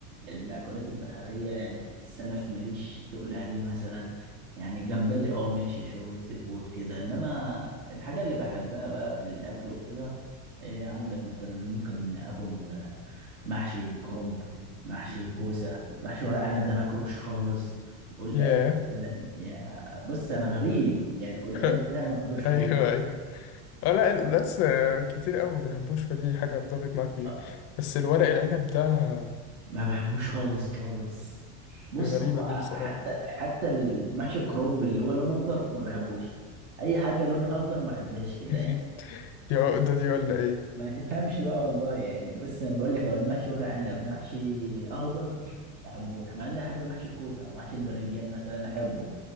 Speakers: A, on the right; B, on the left.
A: المأكولات البحريه يعني السمك ماليش تقول عليه مثلا يعني الجمبري اه ماشي شوربه سي فود كده انما الحاجه اللي بحبها بقى في الاكل وكده إيه عندك مثلا ممكن اكل آه، محشي كرنب محشي كوسه محشي ورق عنب ده ماكلوش خالص والقاس
B: ياه
A: مثلا يعني بص انا غريب يعني القاس
B: <laughs>
A: ده ماكلوش خالص
B: ايوه ايوه اه لا القلقاس آه، كتير قوي ما بيحبوش فدي حاجه اتفق معاك فيها
A: آه،
B: بس الورق العنب ده آه،
A: ما بحبوش خالص خالص بص
B: غريبه
A: هو
B: دي بصراحه
A: حتى حتى المحشي الكرنب اللي هو لونه اخضر ما بحبوش اي حاجه لونها اخضر ما بحبهاش كده
B: <laughs>
A: يعني
B: دي عقده دي ولا ايه
A: ما تفهمش بقى والله يعني بص انا بقول لك هو المحشي ورق عنب محشي اخضر ما بحبوش مع اني احب محشي الكوسه او محشي البرنجان مثلا احبه